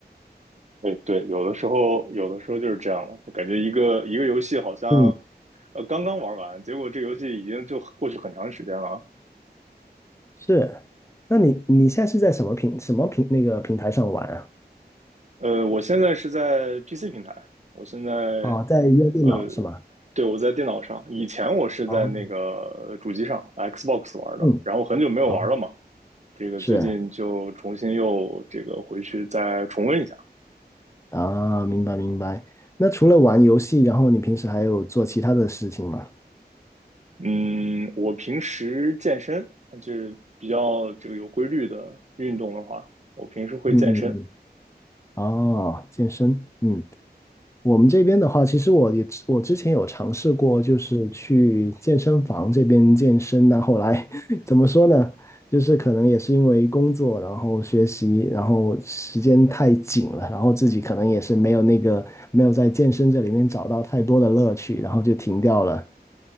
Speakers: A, on the right (about 45°); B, on the left (about 15°).
A: 对对，有的时候有的时候就是这样的，感觉一个一个游戏好像
B: 嗯，
A: 呃刚刚玩完，结果这游戏已经就过去很长时间了。
B: 是，那你你现在是在什么平什么平那个平台上玩啊？
A: 呃，我现在是在 PC 平台，我现在
B: 哦，在用电脑是吗？
A: 呃对我在电脑上，以前我是在那个主机上
B: 哦，
A: Xbox 玩的，
B: 嗯，
A: 然后很久没有玩了嘛，
B: 哦，
A: 这个最近就重新又这个回去再重温一下。
B: 是啊，明白明白。那除了玩游戏，然后你平时还有做其他的事情吗？
A: 嗯，我平时健身就是比较这个有规律的运动的话，我平时会健身
B: 嗯嗯嗯。哦，健身，嗯，我们这边的话，其实我也我之前有尝试过，就是去健身房这边健身，但后来 <laughs> 怎么说呢？就是可能也是因为工作，然后学习，然后时间太紧了，然后自己可能也是没有那个没有在健身这里面找到太多的乐趣，然后就停掉了。